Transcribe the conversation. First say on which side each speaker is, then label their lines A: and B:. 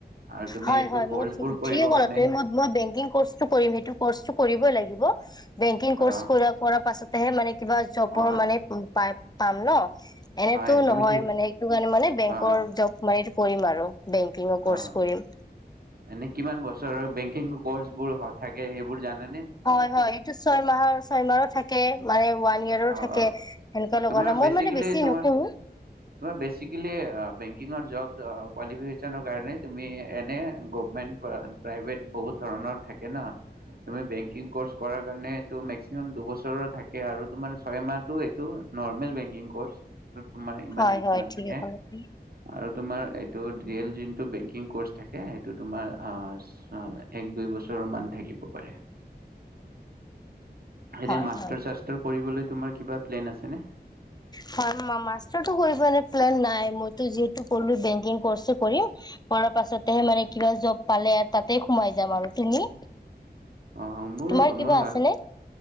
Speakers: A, on the right (about 60°); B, on the left (about 25°).
A: আৰু তুমি
B: হয়
A: এইটো
B: হয়,
A: কৰ্চবোৰ
B: ম
A: কৰিবৰ
B: ঠিকে কলা
A: কাৰণে
B: তুমি, ম-মই বেংকিং কোৰ্চ টো কৰিম সেইটো কোৰ্চটো কৰিবই লাগিব। <inaudible> বেংকিং কোৰ্চ
A: অ
B: কৰা কৰাৰ পাছতেহে মানে কিবা জবৰ
A: অ
B: মানে পায়। পাম ন? এনেতো
A: হয় তুমি
B: নহয়
A: ঠিক
B: মানে সেইটো কাৰণে মানে বেংকৰ
A: অ
B: জব <unintelligible> কৰিম আৰু। বেংকিঙৰ ক'ৰ্চ
A: অ
B: কৰিম।
A: এনে কিমান বছৰৰ বেংকিং কৰ্চ বোৰ হয় থাকে সেইবোৰ জানা
B: হয় হয় এইটো ছয়মাহৰ ছয়মাহৰ থাকে কে মানে ওৱান ইয়াৰৰো
A: অ
B: থাকে
A: অ
B: সেনেকুৱা লগা
A: তোমাৰ
B: মই
A: বেছিকেলি
B: মানে বেছি
A: তোমাৰ
B: নকৰো
A: বেছিকেলি বেংকিঙৰ জব ত কোৱালিফিকেচনৰ কাৰণে তুমি এনে গভমেন্ট প্ৰাইভেট বহুত ধৰণৰ থাকে ন, তো বেংকিং কৰ্চ কৰাৰ কাৰণে মেক্সিমাম দুবছৰৰ থাকে আৰু তোমাৰ ছয় মাহটো এইটো নৰ্মেল বেংকিং কৰ্চ। তোমাৰ ইমান
B: হয়
A: সেইটো
B: হয়
A: নাথাকে
B: ঠিকে ক'লে তুমি
A: আৰু তোমাৰ এইটোত ৰিয়েল যিটো বেংকিং ক'চ থাকে সেইটো তোমাৰ আ ছ এক দুবছৰ মান থাকিব পাৰে। এনে
B: হয়
A: মাষ্টৰ
B: হয়
A: চাষ্টৰ কৰিবলৈ কিবা প্লেন আছে নে?
B: হয় মাষ্টৰ উম কৰিবলৈ প্লেন নাই মোৰ যিটো কলো বেংকিং ক'চটো কৰিম অলপ পাছতে মানে কিবা জব পালে তাতে সোমাই যাম আৰু। তুমি?
A: অ মোৰ
B: তোমাৰ কিবা
A: মই বা
B: আছেনে